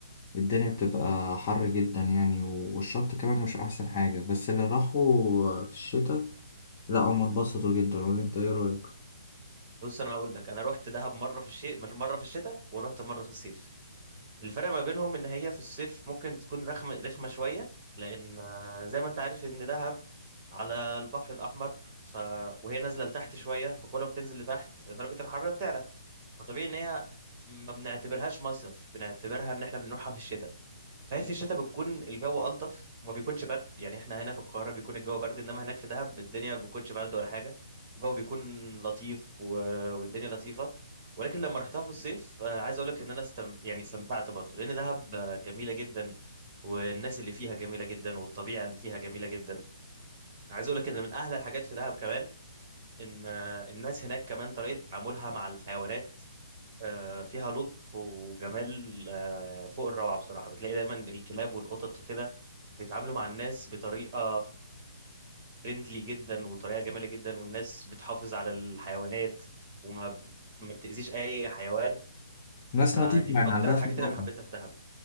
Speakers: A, on the left; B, on the right.
A: الدنيا بتبقى حر جدا يعني و- والشط كمان مش احسن حاجة بس اللي راحوا في الشتاء لا هم اتبسطوا جدا ولا انت ايه رأيك
B: بص انا هقول لك انا رحت دهب مره في الشتاء مش مره في الشتاء ورحت مره في الصيف الفرق ما بينهم ان هي في الصيف ممكن تكون رخمه رخمه شويه لان آه، زي ما انت عارف ان دهب على البحر الاحمر ف... وهي نازله لتحت شويه فكل ما بتنزل لتحت درجه الحراره بتعلى فطبيعي ان هي ما بنعتبرهاش مصيف بنعتبرها ان احنا بنروحها في الشتاء صحيح في الشتاء بتكون الجو ألطف وما بيكونش برد يعني احنا هنا في القاهرة بيكون الجو برد انما هناك في دهب الدنيا ما بتكونش برد ولا حاجة الجو بيكون لطيف و... والدنيا لطيفة ولكن لما رحتها في الصيف آه، عايز اقول لك ان انا استمت... يعني استمتعت برضو لان دهب آه، جميلة جدا والناس اللي فيها جميلة جدا والطبيعة اللي فيها جميلة جدا عايز اقول لك ان من احلى الحاجات في دهب كمان ان آه، الناس هناك كمان طريقة تعاملها مع الحيوانات آه، فيها لطف وجمال آه، فوق الروعة بصراحة بتلاقي دايما الكلاب والقطط وكده بيتعاملوا مع الناس بطريقة فريندلي جدا وطريقة جميلة جدا والناس بتحافظ على الحيوانات وما ب- ما بتأذيش أي حيوان
A: ناس
B: فدي
A: نظيفة يعني
B: من أكتر
A: عندها
B: الحاجات
A: ثقافة
B: اللي أنا حبيتها في دهب